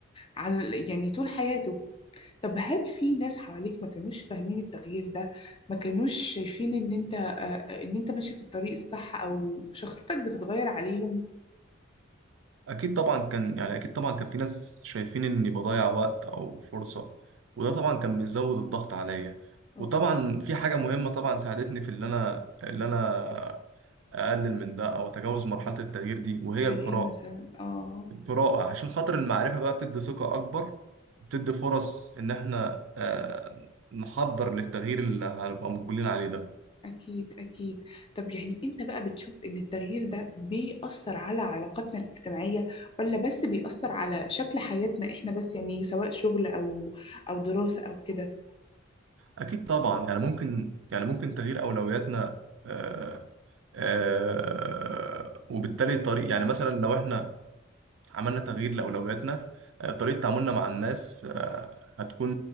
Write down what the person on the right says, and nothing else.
اكيد طبعا كان يعني اكيد طبعا كان في ناس شايفين اني بضيع وقت او فرصة وده طبعا كان بيزود الضغط عليا
وطبعا في حاجة مهمة طبعا ساعدتني في اللي انا اللي انا اقلل من ده او اتجاوز مرحلة التغيير دي وهي
القراءة
القراءة عشان خاطر المعرفة بقى بتدي ثقة اكبر بتدي فرص ان احنا آه، نحضر للتغيير اللي هنبقى مقبلين عليه ده
أكيد طبعا يعني ممكن يعني ممكن تغيير أولوياتنا آه آه وبالتالي طريق يعني مثلا لو إحنا عملنا تغيير لأولوياتنا آه طريقة تعاملنا مع الناس آه هتكون